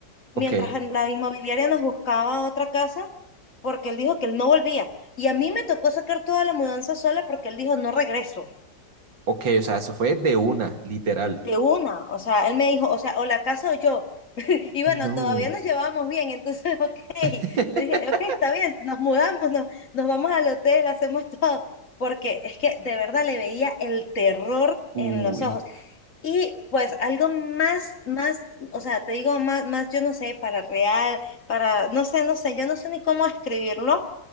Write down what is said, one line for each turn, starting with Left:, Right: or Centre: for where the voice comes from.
Left: mientras
Right: Ok,
Left: en la inmobiliaria nos buscaba otra casa porque él dijo que él no volvía. Y a mí me tocó sacar toda la mudanza sola porque él dijo, no regreso,
Right: ok, o sea, eso fue de una, literal.
Left: de una. O sea, él me dijo, o sea, o la casa o yo. <laughs> Y bueno,
Right: No.
Left: todavía nos llevábamos bien, entonces, <laughs> ok,
Right: <laughs>
Left: le dije, ok, está bien, nos mudamos, nos, nos vamos al hotel, hacemos <laughs> todo, porque es que de verdad le veía el terror
Right: Uy,
Left: en los ojos. Y pues algo más, más, o sea, te digo, más, más, yo no sé, para real, para, no sé, no sé, yo no sé ni cómo escribirlo,